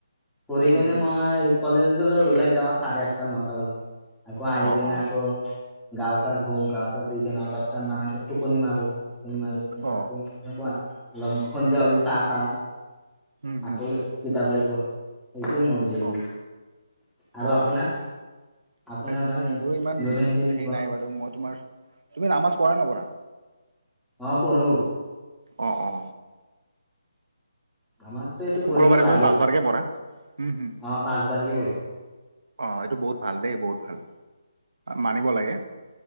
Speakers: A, in the centre; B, on the right (about 85°).
A: পঢ়ি কেনে
B: উম
A: মই কলেজ ওলাই যাওঁ। চাৰে আঠটা-নটা বাজা আকৌ আহি
B: অ
A: কেনে
B: অ
A: আকৌ গাও চা ধু গাও চা ধুই কেনে অলপ টাইম মানে অলপ টোপনি মাৰো। টোপনি মাৰি কিনে
B: অ
A: আকৌ এনেকুৱা অলপ সন্ধিয়া হলি চা খাওঁ।
B: উম হুম
A: আকৌ কিতাপ লৈ পঢ়ো সেইটোৱে মোৰ ডেইলি।
B: অ
A: আৰু
B: অ
A: আপোনাৰ-আপোনাৰ
B: এই
A: মানে
B: মোৰ ইমান
A: দৈনন্দিন
B: হেৰি
A: জীৱন
B: নাই বাৰু। মই তোমাৰ তুমি নামাছ পঢ়া নপঢ়া?
A: অ', পঢ়োঁ।
B: অ-অ।
A: নামাজ ত' এইটো
B: শুক্ৰবাৰে
A: পঢ়িব লাগে।
B: তুমি পাঁচবাৰকে পঢ়া? উম হুম
A: অ', পাঁচবাৰকে পঢ়ো।
B: অ, এইটো বহুত ভাল দেই বহুত ভাল। মানিব লাগে